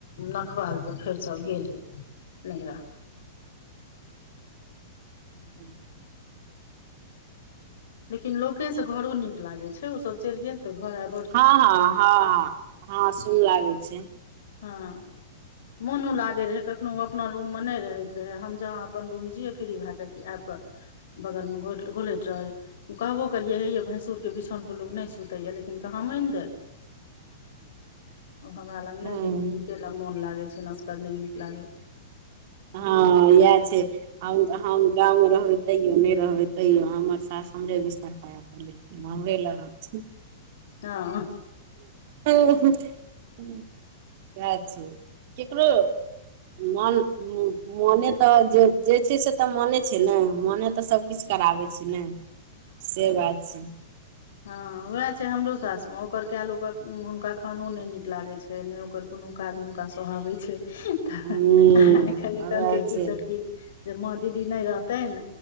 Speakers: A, on the left; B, on the right.
A: नखबाल तऽ फेर सब गेल यए नैहरा
B: <inaudible>
A: लेकिन लोके से घरो नीक लागे छैय सब चलि गेल ते घर आ
B: ह ह ह ह सुन लागे छैय
A: हँ मोनो लागै रहै कखनो अपना रूम मे नय रहैत रहै हम जहाँ अपन रूम जियै फ्री भए कऽ कि आबि कऽ बगल में घोलैत रहे कहबो करिये हेये भैसुर के बिछौन पे लोग नय सुते या लेकिन हिनका दहमीन दो ओ हमरा लग
B: हूँ
A: दीदी हिनके लग मोन लागे छैय असगर नौ नीक लागे य
B: ह इएह छैय हम हम गाव में रहबे तैयो ने रहबे तैयो हमर सास हमरे बिस्तर पर रहत हमरे लग रहथिन
A: हाँ
B: सह छैय केकरो मन मने तऽ जे जे छैय से तऽ मने छैय ने मने तऽ सबकिछु कराबै छैय ने से बात छैय
A: ह वएह छैय हमरो सास मे ओकर क लो हुनका खानो ने नीक लागे छैय नय ओकर कोनो काज हुनका सहबैत छैय तऽ
B: ह
A: आय कलखिन्
B: वएह
A: कि
B: छै
A: छोटकी जे माँ दीदी नय रहतेनि